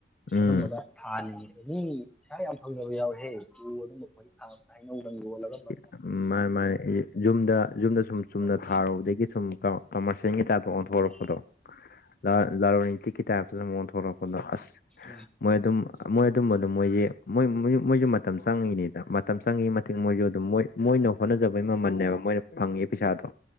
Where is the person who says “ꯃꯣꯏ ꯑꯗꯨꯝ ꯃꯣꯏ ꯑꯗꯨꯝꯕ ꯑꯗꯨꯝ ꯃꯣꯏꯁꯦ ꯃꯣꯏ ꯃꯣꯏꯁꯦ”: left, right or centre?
Left